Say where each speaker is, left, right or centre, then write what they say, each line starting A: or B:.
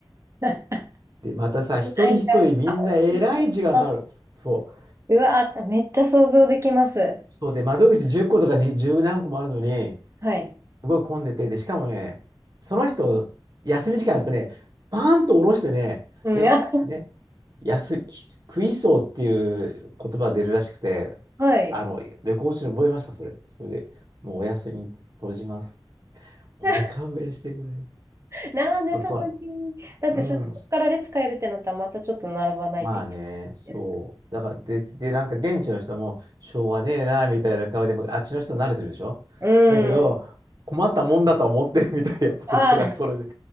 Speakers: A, on the right (about 30°); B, on the right (about 50°).
A: <laughs>
B: で、またさ、一人一人みんなえらい時間かかる。
A: なんか、あ美味しそう。
B: そう。
A: うわー、めっちゃ想像できます。
B: そうで、窓口10個とかに10何個もあるのに、
A: はい。
B: すごい混んでて、で、しかもね、その人、休み時間あるとね、パーンと下ろしてね、
A: うん、
B: ね、
A: あ、
B: ね、安、きクイソーっていう言葉が出るらしくて、
A: はい。
B: あの、レコーチに覚えました、それ。それで、もうお休み、閉じます。おい、
A: <laughs>
B: 勘弁してくれ。
A: 並んでたのに。
B: 本当は、
A: だってそそこから列変えるってなったら、
B: うん。
A: またちょっと並ばないといけないです。
B: まあね、そう。だから、で、で、なんか現地の人も、しょうがねえな、みたいな顔で、あっちの人慣れてるでしょだけど、
A: うん。
B: 困ったもんだとは思ってるみたい、やっぱりそれはそれで。
A: あ